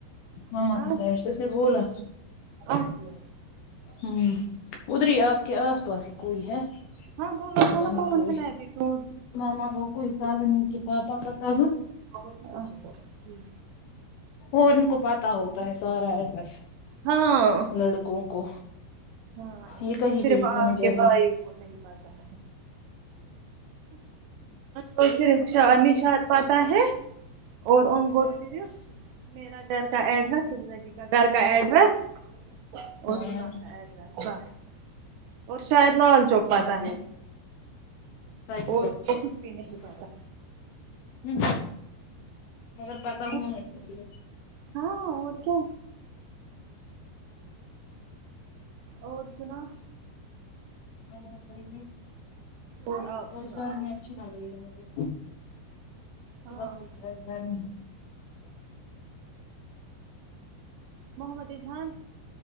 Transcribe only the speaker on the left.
ماما
کی سائیڈ سے اس نے بولا
ہوں ادھر ہی آپ کے آس پاس ہی کوئی ہے
پتہ
نہیں
کوئی
ماما کا کوئی کزن کہ پاس اکر کزن
اور ان کو پتا ہوتا ہے سارا ایڈریس
لڑکوں کو
یہ کہیں
پہ بھی پہنچ
جاتے
ہیں
ہاں
سچ بات
سچ
ھم مگر پتا
ہونا چاہے
ہاں بتائیے
روزگار
میں اچھی لگ رہی ہے مجھے صبح
سے آج گرمی ہے۔